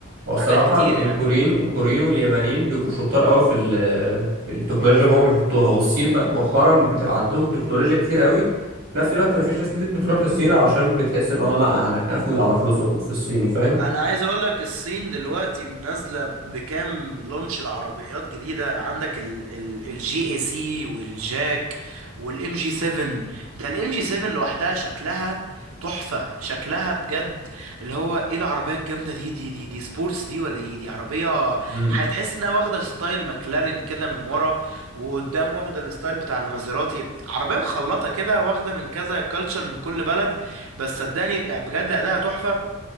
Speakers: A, on the right; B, on the right.
A: هو الصراحة
B: حاجات كتير
A: ال-
B: يعني
A: الكوريين والكوريين واليابانيين بيبقوا شطار قوي في ال- في التكنولوجيا اللي هم بيحطوها والصين بقت مؤخرا بتبقى عندهم تكنولوجيا كتير قوي في نفس الوقت مفيش ناس كتير بتروح للصين عشان بتحس ان هو لا انا هيخافوا على فلوسهم في الصيني فاهم
B: انا عايز اقول لك الصين دلوقتي منزله بكام لونش العربيات جديده عندك الجي اي سي والجاك والام جي 7 ده الام جي 7 لوحدها شكلها تحفه شكلها بجد اللي هو ايه العربيه الجامده دي دي دي دي سبورتس دي ولا ايه دي عربيه
A: امم
B: هتحس انها واخده ستايل ماكلارين كده من ورا وقدام واخده الستايل بتاع المازيراتي عربيه مخلطه كده واخده من كذا كلتشر من كل بلد بس صدقني بجد اداها تحفه